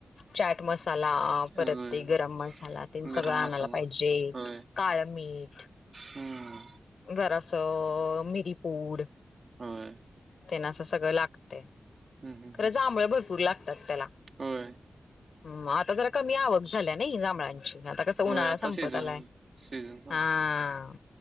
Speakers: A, on the left; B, on the right.
A: चाट मसाला. मसाला परत
B: होय.
A: ते गरम मसाला ते
B: गरम
A: सगळं आणायला
B: मसाला
A: पाहिजे
B: होय
A: काळ मीठ
B: हम्म
A: जरा. अ मिरीपूड.
B: होय.
A: तेना असं सगळं लागते.
B: हम्म हम्म
A: खरं
B: हम्म
A: जांभळ भरपूर लागत. तर त्याला.
B: होय.
A: हम् आता जरा कमी आवक झाल्या नाही जांभळांची आता कस उन्हाळा
B: होय आता
A: संपत
B: सीझन
A: आलाय
B: सीझन संपला
A: हा.